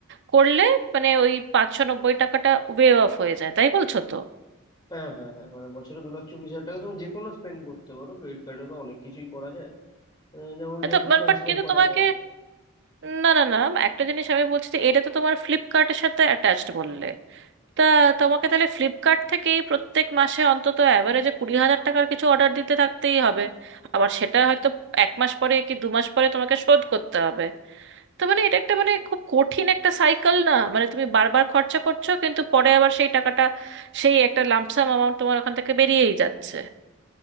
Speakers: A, on the right; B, on the left.
A: করলে মানে ওই পাঁচশো নব্বই টাকাটা ওয়েভ অফ হয়ে যায় তাই বলছো তো
B: হ্যাঁ হ্যাঁ হ্যাঁ মানে বছরে দু লাখ চল্লিশ হাজার টাকা তুমি যে কোনো স্পেন্ড করতে পারো ক্রেডিট কার্ডে তো অনেক কিছুই করা যায় আহ, যেমন রেন্ট
A: তো
B: ট্রান্সফার
A: বাট কিন্তু
B: করা
A: তোমাকে
B: যায়
A: না না না একটা জিনিস আমি বলছি যে এটা তো তোমার ফ্লিপকার্টের সাথে অ্যাটাচড বললে তা তোমাকে তাহলে ফ্লিপকার্ট থেকেই প্রত্যেক মাসে অন্তত অ্যাভারেজে কুড়ি হাজার টাকার কিছু অর্ডার দিতে থাকতেই হবে আবার সেটা হয়তো এক মাস পরে কি দু মাস পরে তোমাকে শোধ করতে হবে তো মানে এটা একটা মানে খুব কঠিন একটা সাইকেল না মানে তুমি বারবার খরচা করছো কিন্তু পরে আবার সেই টাকাটা সেই একটা লামসাম অ্যামাউন্ট তোমার ওখান থেকে বেরিয়েই যাচ্ছে